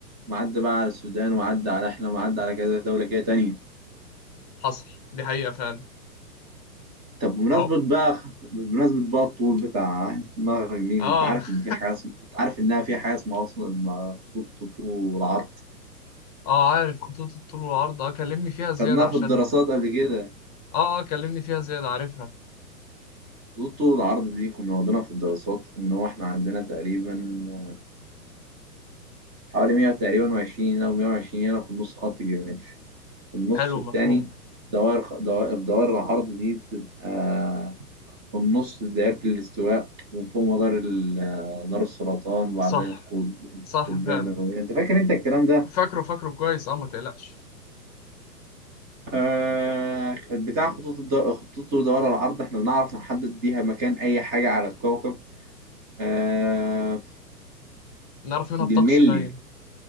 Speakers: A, on the right; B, on the left.
A: معدي بقى على السودان ومعدي على إحنا ومعدي على كذا دولة كده تانية
B: حصل دي حقيقة فعلا
A: طب بمناسبة
B: أهو
A: بقى بمناسبة بقى الطول بتاع <laughs> نهر النيل
B: آه
A: أنت عارف
B: <laughs>
A: إن في حاجة اسم... أنت عارف إنها في حاجة اسمها أصلا خطوط الطول والعرض
B: اه عارف خطوط الطول والعرض اه كلمني فيها زيادة
A: خدناها
B: عشان
A: في الدراسات قبل كده
B: اه اه كلمني فيها زيادة عارفها
A: خطوط طول العرض دي كنا واخدينها في الدراسات ان هو احنا عندنا تقريبا حوالي 100 تقريبا وعشرين هنا ومية وعشرين هنا في النص خط جرينتش في النص
B: حلو
A: التاني
B: مفهوم
A: دوائر خ- دوائر دوائر العرض دي بتبقى في النص دائرة الاستواء ومن فوق مدار ال- دار السرطان وبعدها
B: صح
A: القطب-
B: صح
A: القطبية
B: فعلا
A: الجنوبية انت فاكر انت الكلام ده
B: فاكره فاكره كويس اه ما تقلقش
A: آه بتاع خطوط الدو... خطوط ودوائر العرض احنا بنعرف نحدد بيها مكان اي حاجة على الكوكب آه
B: نعرف منها
A: بالملي
B: الطقس باين